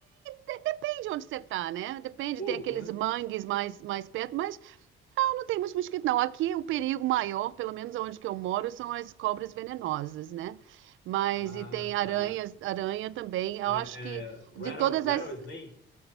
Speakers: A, on the right (about 80°); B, on the left (about 65°).
A: De- depende onde você tá, né? Depende,
B: Pouco,
A: tem aqueles
B: né?
A: mangues mais, mais perto, mas não, não tem muito mosquito, não. Aqui o perigo maior, pelo menos onde que eu moro, são as cobras venenosas, né? Mas
B: Ah,
A: e tem aranhas,
B: tá.
A: aranha também. Eu
B: É,
A: acho
B: é,
A: que de
B: rattle,
A: todas as
B: rattlesnake?